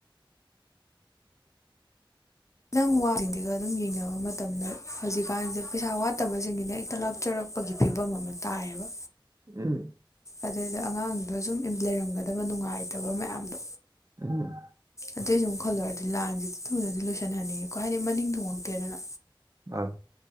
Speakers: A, on the left; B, on the right.
A: ꯅꯪ ꯋꯥꯔꯤꯉꯩꯒꯥ ꯑꯗꯨꯝ ꯌꯦꯡꯅꯥꯕ ꯃꯇꯝꯗ ꯍꯧꯖꯤꯛꯀꯥꯟꯁꯦ ꯄꯩꯁꯥ ꯋꯥꯠ ꯐꯠꯇꯕꯁꯤꯡꯒꯤꯅ ꯍꯦꯛꯇ ꯂꯥꯛꯆꯔꯛꯄꯒꯤ ꯐꯤꯕꯝ ꯑꯃ ꯇꯥꯏꯌꯦꯕ
B: ꯎꯝ
A: ꯑꯗꯩꯗꯥ ꯑꯉꯥꯡꯗꯣ ꯁꯨꯝ ꯂꯩꯔꯝꯒꯥꯗꯕ ꯅꯨꯡꯉꯥꯏꯇꯕ ꯃꯌꯥꯝꯗꯣ
B: ꯎꯝ
A: ꯑꯗꯨꯏꯁꯨꯨꯝ ꯈꯜꯂꯨꯔꯗꯤ ꯂꯥꯟꯁꯤꯗꯤ ꯊꯨꯅꯗꯤ ꯂꯣꯏꯁꯟꯍꯟꯅꯤꯡꯉꯦꯀꯣ ꯍꯥꯏꯗꯤ ꯃꯅꯤꯡ ꯊꯨꯡꯉꯛꯇꯦꯗꯥꯅ
B: ꯑꯥ